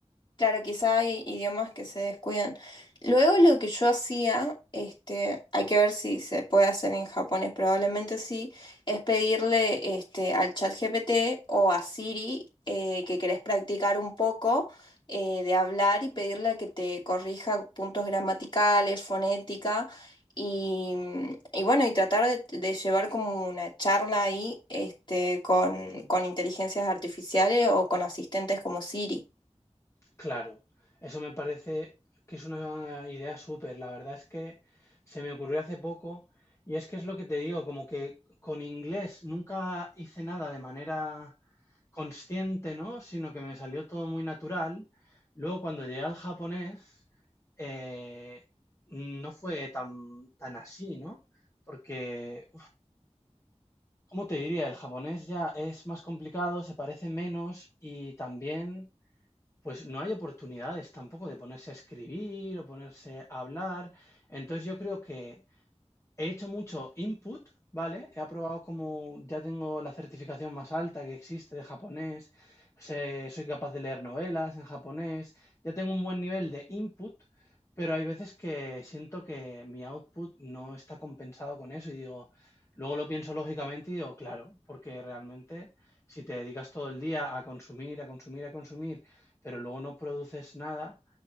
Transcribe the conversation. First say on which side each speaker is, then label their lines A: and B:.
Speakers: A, on the left; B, on the left.
A: Claro, quizá hay idiomas que se descuidan. Luego lo que yo hacía, este, hay que ver si se puede hacer en japonés, probablemente sí, es pedirle este, al chat GPT o a Siri eh, que querés practicar un poco eh, de hablar y pedirle que te corrija puntos gramaticales, fonética y, mm, y bueno, y tratar de, de llevar como una charla ahí este, con, con inteligencias artificiales o con asistentes como Siri.
B: Claro, eso me parece que es una idea súper. La verdad es que se me ocurrió hace poco y es que es lo que te digo, como que con inglés nunca hice nada de manera consciente, ¿no? Sino que me salió todo muy natural. Luego cuando llegué al japonés, eh, no fue tan, tan así, ¿no? Porque, ¿cómo te diría? El japonés ya es más complicado, se parece menos y también... Pues no hay oportunidades tampoco de ponerse a escribir o ponerse a hablar. Entonces yo creo que He hecho mucho input, ¿vale? He aprobado como ya tengo la certificación más alta que existe de japonés, sé- soy capaz de leer novelas en japonés, ya tengo un buen nivel de input, pero hay veces que siento que mi output no está compensado con eso y digo, luego lo pienso lógicamente y digo, claro, porque realmente si te dedicas todo el día a consumir, a consumir, a consumir, pero luego no produces nada,